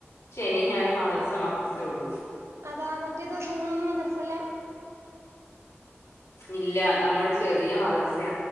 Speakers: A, on the left; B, on the right.
A: ശെനി ഞായറ് മദ്രസ മദ്രസ ഒള്ളു
B: അതാ മറ്റേ ദിവസങ്ങൾലൊന്നും മദർസില്ലാ
A: ഇല്ല നമ്മുടെ ചെറിയ മദർസയാ